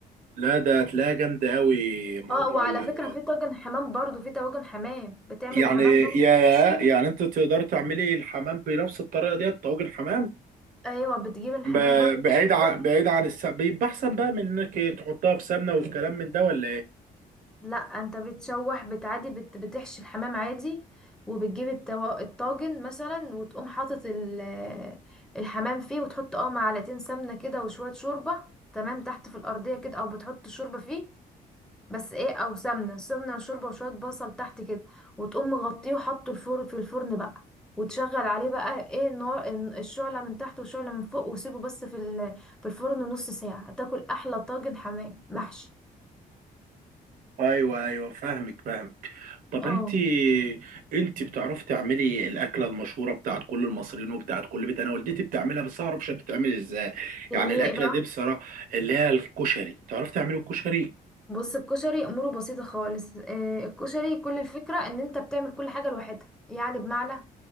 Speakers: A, on the right; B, in the centre.
A: لا ده هتلاقيها جامده قوي موضوع
B: اه وعلى
A: اللي
B: فكرة
A: هو
B: في طاجن حمام برضو في طواجن حمام بتعمل
A: يعني
B: الحمام برضو
A: يا
B: بتحشيها
A: يعني انت تقدر تعملي الحمام بنفس الطريقه دي طواجن حمام
B: ايوه بتجيب الحمام
A: ب-
B: برضو
A: بعيد
B: نفس
A: عن
B: الفكرة
A: بعيد عن السمنه بيبقى احسن بقى من انك تحطها في سمنه والكلام من ده ولا ايه
B: لا انت بتشوح بتعادي بت... بتحشي الحمام عادي وبتجيب التو... الطاجن مثلا وتقوم حاطط ال... الحمام فيه وتحط اه معلقتين سمنة كده وشوية شوربة تمام تحت في الأرضية كده او بتحط الشوربة فيه بس ايه او سمنة سمنة وشوربة وشوية بصل تحت كده وتقوم مغطيه وحطه الفرن في الفرن بقى وتشغل عليه بقى ايه النار الشعلة من تحت والشعلة من فوق وسيبه بس في ال... في الفرن نص ساعة تاكل احلى طاجن حمام محشي
A: ايوه ايوه فاهمك فاهمك طب
B: اه
A: انت انت بتعرفي تعملي الاكله المشهوره بتاعت كل المصريين وبتاعت كل بيت انا والدتي بتعملها بس اعرفش بتتعمل ازاي
B: اللي
A: يعني
B: هي
A: الاكله
B: ايه بقى
A: دي بصراحه اللي هي الكشري تعرفي تعملي الكشري
B: بص الكشري اموره بسيطه خالص آه، الكشري كل الفكره ان انت بتعمل كل حاجه لوحدها يعني بمعنى